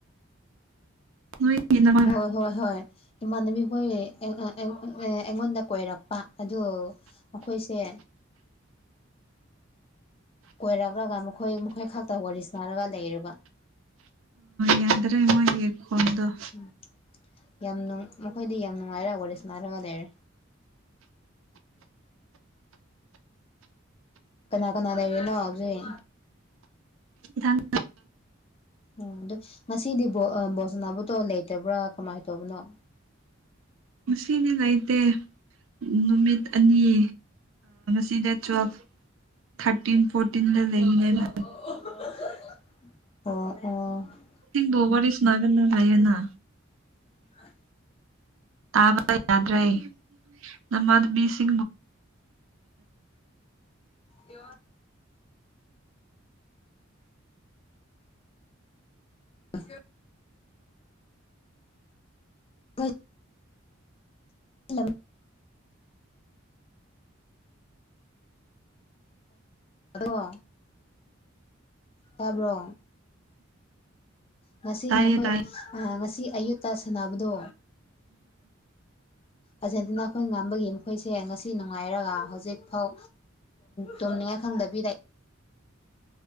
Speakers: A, on the right; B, on the left.
A: ꯅꯣꯏ
B: ꯍꯣꯏ ꯍꯣꯏ ꯍꯣꯏ ꯏꯃꯥꯟꯅꯕꯤ ꯍꯣꯏ ꯑꯩꯉꯣꯟꯗ ꯀꯣꯏꯔꯛꯄ ꯑꯗꯨꯣ ꯑꯩꯈꯣꯏꯁꯦ ꯀꯣꯏꯔꯛꯂꯒ ꯃꯈꯣꯏ ꯃꯈꯣꯏ ꯈꯛꯇ ꯋꯥꯔꯤ ꯁꯥꯔꯒ ꯂꯩꯔꯔꯕ
A: ꯌꯥꯗ꯭ꯔꯦ ꯃꯣꯏꯒꯤ ꯐꯣꯟꯗꫭ
B: ꯎꯝ ꯌꯥꯝ ꯅꯨꯡ ꯃꯈꯣꯏꯗꯤ ꯌꯥꯝ ꯅꯨꯡꯉꯥꯏꯔꯒ ꯋꯥꯔꯤꯁꯅꯥꯔꯒ ꯂꯩꯔꯦ ꯀꯅꯥ ꯀꯅꯥ ꯂꯩꯔꯤꯅꯣ ꯍꯧꯖꯤꯛ
A: ꯏꯊꯟ
B: ꯑꯣ ꯑꯗ ꯉꯁꯤꯗꯤ ꯕꯣꯁꯅꯥꯕꯨꯇꯣ ꯂꯩꯇꯕ꯭ꯔꯥ ꯀꯃꯥꯏꯅ ꯇꯧꯕꯅꯣ
A: ꯉꯁꯤꯗꯤ ꯂꯩꯇꯦ ꯅꯨꯃꯤꯠ ꯑꯅꯤ ꯁꯤꯗ ꯇꯨꯋꯦꯜꯐ ꯊꯥꯔꯇꯤꯟ ꯐꯣꯔꯇꯤꯟꯗ ꯂꯩꯅꯦꯅ
B: ꯑꯣ ꯑꯣ
A: ꯊꯤꯡ ꯕꯣ ꯋꯥꯔꯤ ꯁꯅꯥꯒꯅ ꯍꯥꯏꯌꯦꯅ
B: ꯑ <unintelligible>
A: ꯇꯥꯕ ꯌꯥꯗ꯭ꯔꯦ ꯅꯃ ꯑꯗꯨ ꯕꯤ ꯁꯤ
B: ꯌ <unintelligible> ꯑꯦ <unintelligible> ꯍꯣꯏ <unintelligible> <unintelligible> ꯗꯣ ꯇꯥꯕ꯭ꯔꯣ ꯉꯁꯤ
A: ꯇꯥꯏꯌꯦ
B: ꯃꯈꯣꯏ
A: ꯇꯥꯏꯌꯦ
B: ꯉꯁꯤ ꯑꯌꯨꯠꯇ ꯁꯥꯟꯅꯕꯗꯣ ꯑꯖꯦꯟꯇꯤꯅꯥ ꯑꯩꯈꯣꯏ ꯉꯝꯕꯒꯤ ꯃꯈꯣꯏꯁꯦ ꯉꯁꯤ ꯅꯨꯡꯉꯥꯏꯔꯒ ꯍꯧꯖꯤꯛꯐꯥꯎ ꯇꯨꯝꯅꯤꯡꯉꯥꯏ ꯈꯪꯗꯕꯤꯗ